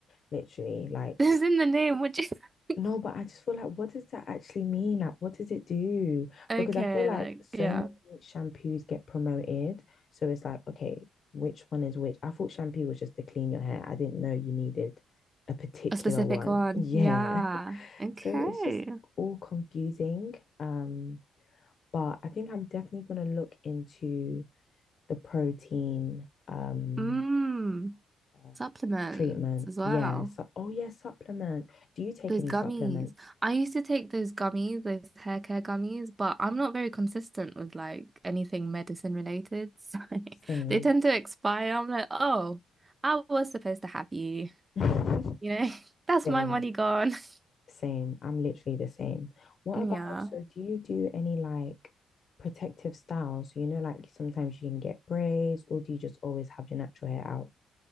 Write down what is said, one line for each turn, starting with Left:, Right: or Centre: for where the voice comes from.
Left: literally. Like
Right: This is in the name, which is <laughs>
Left: No, but I just feel like, what does that actually mean? Like, what does it do?
Right: okay,
Left: Because I feel like
Right: like
Left: so
Right: yeah.
Left: many shampoos get promoted. So it's like, okay, which one is which? I thought shampoo was just to clean your hair. I didn't know you needed a particular
Right: A specific
Left: one.
Right: one.
Left: Yeah.
Right: Yeah.
Left: <laughs>
Right: Okay.
Left: So it's just all confusing. Um, but I think I'm definitely going to look into the protein um
Right: Mmm.
Left: uh,
Right: Supplements
Left: treatment.
Right: as well.
Left: Yeah. So, oh yeah, supplements. Do you take
Right: Those
Left: any
Right: gummies.
Left: supplements?
Right: I used to take those gummies, those hair care gummies, but I'm not very consistent with like anything medicine related. <laughs> So
Left: Same.
Right: they tend to expire. I'm like, oh, I was supposed to have you.
Left: <laughs>
Right: You know, <laughs> that's
Left: Same,
Right: my money gone. <laughs>
Left: same. I'm literally the same. What
Right: Yeah.
Left: about, so do you do any like protective styles? You know, like sometimes you can get braids, or do you just always have your natural hair out?